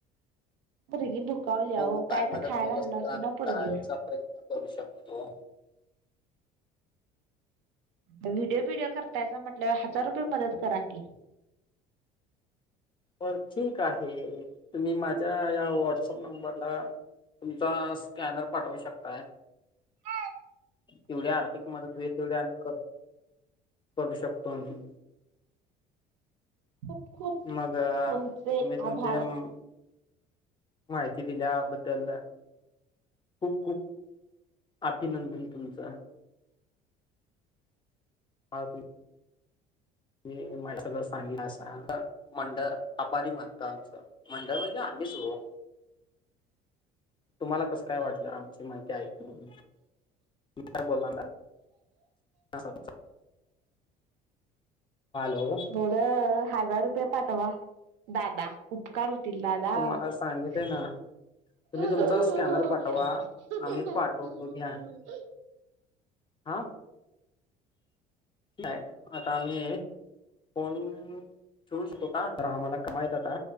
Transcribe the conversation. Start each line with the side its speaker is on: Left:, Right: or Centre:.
Right: पोरगी भुकावली या
Left: बघू
Right: वो काय
Left: मदत
Right: तर खायला
Left: होत
Right: आणलं
Left: असली
Right: असतो
Left: तर आम्ही
Right: ना पुरगीला
Left: करायचा प्रयत्न करू शकतो.
Right: व्हिडिओ बिडिओ करतायसा म्हटल्यावर हजार रुपये मदत करा की.
Left: बर ठीक आहे तुम्ही माझ्या या व्हॉट्सअप नंबरला तुमचा स्कॅनर पाठवू शकताय.
Right: हेस.
Left: तेवढी आर्थिक मदत होईल तेवढी आम्ही कर करू शकतो आम्ही.
Right: खूप खूप
Left: मग
Right: तुमचे
Left: तुम्ही तुमचे
Right: आभार
Left: म. माहिती दिल्याबद्दल. खूप खूप अभिनंदन तुमचं. हा कि. की मला सगळं सांगितलास. मंडळ आभारी मानत आमचं मंडळ म्हणजे आम्हीच हो. तुम्हाला कस काय वाटलं. आमची माहिती ऐकून तुम्ही काय बोलणार. हाव हॅलो.
Right: थोड हजार रुपये पाठवा दादा. उपकार होतील दादा.
Left: तुम्हाला सांगितले
Right: ह
Left: ना तुम्ही
Right: ह्ह
Left: तुमचा
Right: अअअअअअ
Left: स्कॅनर पाठवा आम्ही पाठवतो
Right: ह.
Left: घ्या हा. काय आता आम्ही कोण. ठेवु शकतो का तर आम्हाला काम आहेत आता